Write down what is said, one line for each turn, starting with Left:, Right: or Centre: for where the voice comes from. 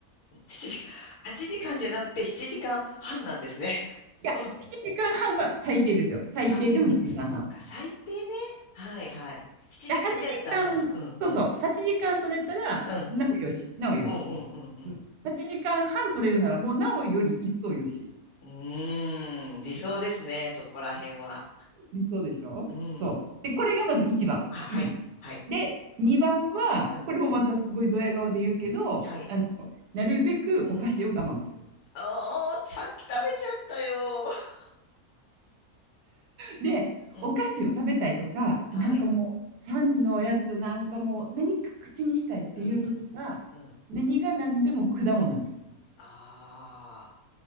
Left: 7時間、8時間じゃなくて7時間半なんですね。<laughs>
Right: や、
Left: その、
Right: 7時間半はんは最低ですよ。最低でも7時間半。
Left: あ、そうか、最低ね。はいはい。
Right: いや、
Left: 7時間じゃダメだと。
Right: 8時間、
Left: うんうん。
Right: そうそう、8時間取れたら、
Left: うん。
Right: なおよし、なおよし。
Left: うんうんうんうん。
Right: うん、8時間半取れるなら、もうなおより一層よし。
Left: うーん、理想ですね、そこら辺は。
Right: 理想でしょそう。
Left: うん。
Right: で、これがまず1番。
Left: あ、はい。
Right: 一番。
Left: はい。
Right: で、2番は、
Left: うん。
Right: これもまたすごいドヤ顔で言うけど、
Left: はい。
Right: あの、なるべくお菓子を我慢する。
Left: うん。ああ、さっき食べちゃったよ。<laughs>
Right: で、
Left: うん。
Right: お菓子を食べたいとか、
Left: はい。
Right: なんかもう、3時のおやつなんかもう、何か口にしたいっていう時は、
Left: うん。うん。
Right: 何が何でも果物にする。
Left: あ